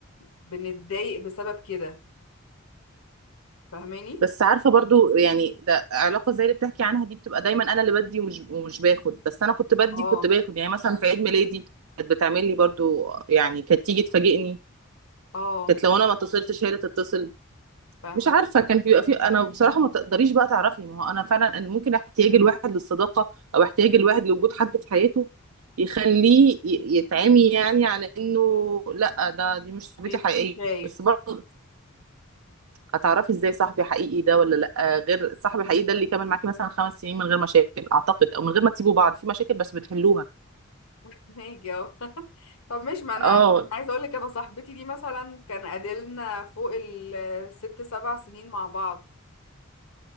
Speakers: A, on the left; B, on the right.
A: بنتضايق بسبب كده فاهماني
B: بس عارفه برضو يعني ده علاقه زي اللي بتحكي عنها دي بتبقى دايما انا اللي بدي ومش ومش باخد بس انا كنت بدي
A: اه
B: كنت باخد يعني مثلا في عيد ميلادي كانت بتعمل لي برضو يعني كانت تيجي تفاجئني
A: اه
B: كانت لو انا ما اتصلتش هي اللي تتصل
A: فاهم
B: مش عارفه كان في بيبقى في انا بصراحه ما تقدريش بقى تعرفي ما هو انا فعلا أن ممكن احتياج الواحد للصداقه او احتياج الواحد لوجود حد في حياته يخليه ي- يتعمي يعني عن انه لا ده دي مش
A: مش
B: صاحبتي
A: بيكون
B: حقيقيه
A: شايف
B: بس برضه هتعرفي ازاي صاحبي حقيقي ده ولا لا غير الصاحب الحقيقي ده اللي كمل معاكي مثلا خمس سنين من غير مشاكل اعتقد او من غير ما تسيبوا بعض في مشاكل بس بتحلوها
A: <laughs> ماشي طب مش ما انا
B: اه
A: عايزه اقول لك انا صاحبتي دي مثلا كان قادلنا فوق الست سبع سنين مع بعض